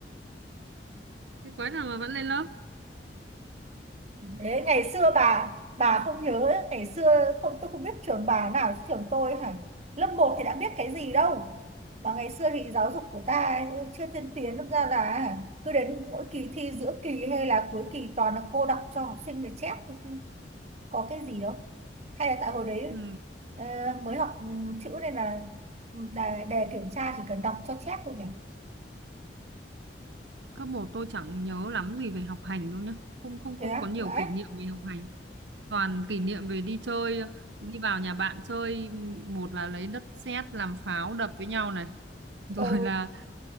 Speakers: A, on the right; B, on the right.
A: thế quái nào mà vẫn lên lớp
B: Đấy, ngày xưa bà bà không nhớ ngày xưa không tôi không biết trường bà nào trường tôi hả lớp một thì đã biết cái gì đâu mà ngày xưa thì giáo dục của ta chưa tiên tiến đâm ra là cứ đến mỗi kỳ thi giữa kỳ hay là cuối kỳ toàn là cô đọc cho học sinh để chép thôi chứ có cái gì đâu hay là tại hồi đấy
A: ừ.
B: ờ, mới học ừ, chữ nên là ừ, đề, đề kiểm tra chỉ cần đọc cho chép thôi nhỉ
A: cấp một tôi chẳng nhớ lắm gì về học hành đâu nhá không không
B: thế
A: không
B: á
A: có nhiều
B: vậy
A: kỷ niệm về học hành toàn kỷ niệm về đi chơi đi vào nhà bạn chơi một là lấy đất sét làm pháo đập với nhau này <laughs> rồi
B: ừ
A: là